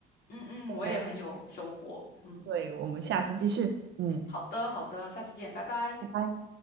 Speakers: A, on the left; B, on the right.
A: 嗯嗯，我也很有收获。
B: 对，
A: 嗯，
B: 对我们下次继续。嗯，
A: 好的好的，下次见，拜拜。
B: 拜拜。